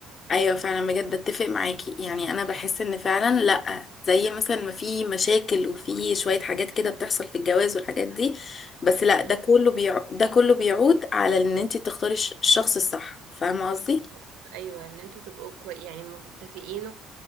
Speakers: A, on the left; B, on the right.
A: ايوه فعلا بجد اتفق معاكي يعني انا بحس ان فعلا لا زي مثلا ما في مشاكل وفي شويه حاجات كده بتحصل في الجواز والحاجات دي بس لا
B: مم.
A: ده كله بيع... ده كله بيعود على ان انت تختاري الش- الشخص الصح فاهمه قصدي
B: بالظبط. ايوه ان انتوا تبقوا كوي يعني متفقين